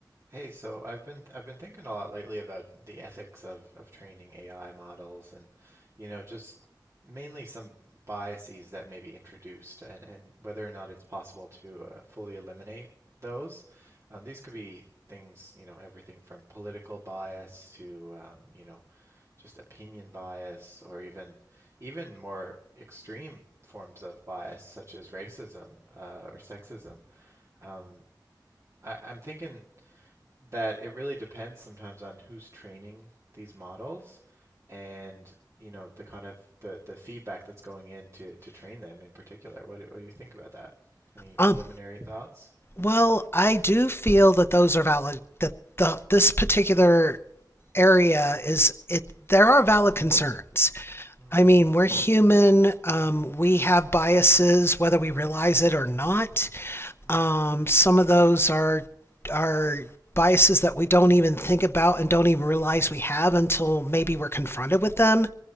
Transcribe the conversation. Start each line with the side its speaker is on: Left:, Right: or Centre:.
Right: Hey, so I've been I've been thinking a lot lately about the ethics of of training AI models and you know just mainly some biases that may be introduced and and whether or not it's possible to uh, fully eliminate those. Um, these could be things, you know, everything from political bias to um, you know, just opinion bias or even even more extreme forms of bias such as racism uh, or sexism. Um, I, I'm thinking that it really depends sometimes on who's training these models and you know the kind of the the feedback that's going in to to train them in particular. What do, what do you think about that? Any preliminary
Left: Um,
Right: thoughts?
Left: well, I do feel that those are valid. That the this particular area is it. There are valid concerns.
Right: Mm,
Left: I mean, we're human. Um, we have biases, whether we realize it or not.
Right: mm,
Left: Um, some of those are are biases that we don't even think about and don't even realize we have until maybe we're confronted with them